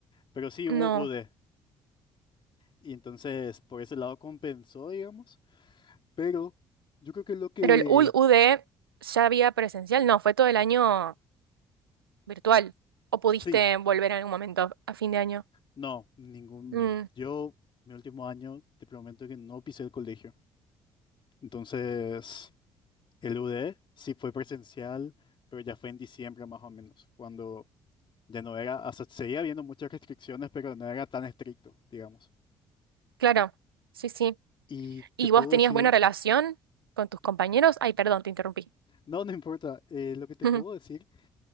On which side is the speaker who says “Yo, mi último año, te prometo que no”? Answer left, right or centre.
Left